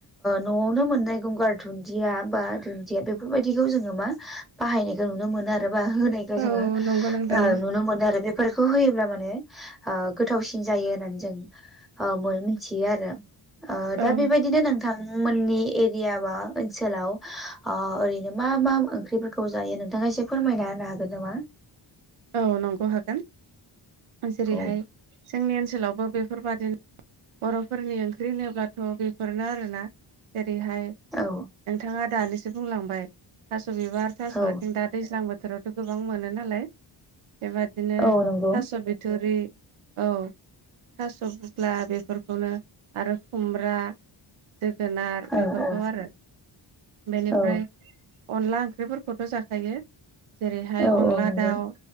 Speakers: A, in the centre; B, on the right.
A: नआवनो मोननाय गंगार दुन्दिया बा दुन्दिया बेफोरबायदिखौ जोङो मा बाहायनायखौ नुनो मोनो आरो बा होनायखौ
B: औ
A: जोङो
B: नंगौ नोंथां
A: नुनो मोनो। ओ बेफोरखौ होयो ब्ला माने गोथावसिन जायो होननानै जों मिथियो आरो। ओ
B: औ
A: दा बेबायदिनो नोंथांमोननि एरिया बा ओनसोलाव ओ ओरैनो मा मा ओंख्रिफोरखौ जायो नोंथाङा एसे फोरमायना होनो हागोन नामा?
B: औ नंगौ हागोन। जेरैहाय
A: औ
B: जोंनि ओनसोलावबो बेफोरबादिनो बर'फोरनि ओंख्रि होनोब्लाथ बेफोरनो आरोना जेरैहाय
A: औ।
B: नोंथाङा दानिसो बुंलांबाय थास' बिबार, थास‌‌'
A: औ
B: आथिं दा दैज्लां बोथोराव गोबां मोनो नालाय। बेबादिनो
A: औ
B: थास
A: नंगौ
B: बिथरि औ थास‌' बुदला बेफोरखौनो आरो खुमब्रा जोगोनार
A: औ
B: बेफोरखौ
A: औ
B: आरो। बेनिफ्राय
A: औ
B: अनला ओंख्रिफोरखौथ' जाखायो जेरैहाय
A: औ
B: अनला
A: औ नंगौ
B: दाउ